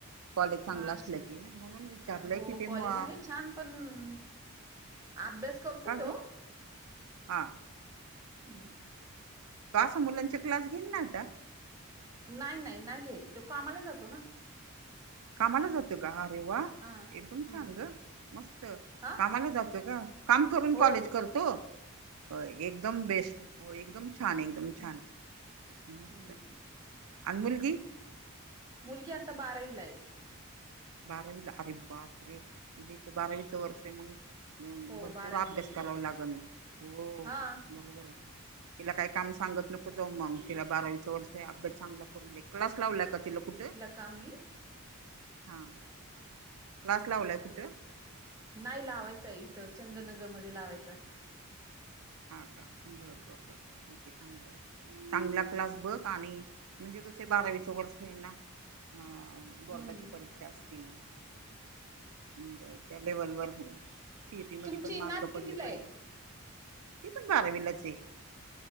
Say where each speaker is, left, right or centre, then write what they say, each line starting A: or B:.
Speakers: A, on the right; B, on the right.
A: कॉलेज चांगलं
B: हा
A: असलं की नाही म्हणून विचारलंय
B: हो
A: कि ते
B: कॉलेज
A: म
B: आहे छान पण अभ्यास करतो
A: काग
B: तो
A: हां
B: हम्म
A: तो असा मुलांचे क्लास घेन ना आता
B: नाही नाही नाही घेत तो कामाला जातो ना
A: कामाला जातो ग अरे वा
B: हा
A: एकदम
B: हम्म
A: छांन ग मस्त
B: हा
A: कामाला जातो का. काम करून
B: हो
A: कॉलेज करतो. हो एकदम बेस्ट हो एकदम छान एकदम
B: हम्म
A: छान. मस्त
B: हम्म
A: आहे अन मुलगी.
B: मुलगी आता बारावीला आहे.
A: बारावीला अरे बाप रे मुलीच बारावीचं वर्ष आहे मग.
B: हो
A: भरपूर
B: बारावीला
A: अभ्यास
B: गेली
A: करावा
B: आता
A: लागल हो
B: हा
A: बरोबर आहे. तिला काही काम सांगत नको जाऊ मग तिला बारावीचं वर्ष आहे अभ्यास चांगला करून दे. क्लास लावले का तिला कुठं.
B: कामी.
A: हां क्लास लावलाय कुठे.
B: नाही लावायचंय इथं चंद्रनगर मध्ये लावायचं.
A: हां का बरं बरं बरं ठीक आहे चांगलं आहे. चांगला क्लास बघ आणि म्हणजे कसे बारावीचा वर्ष आहे ना हा.
B: हम्म
A: बोर्डाची परीक्षा असती म त्या लेवल वर. सीएटी मध्ये
B: तुमची
A: पण मार्क
B: नात
A: पडले
B: कितीला
A: पाहिजे
B: आहे
A: ती पण बारावीलाच आहे.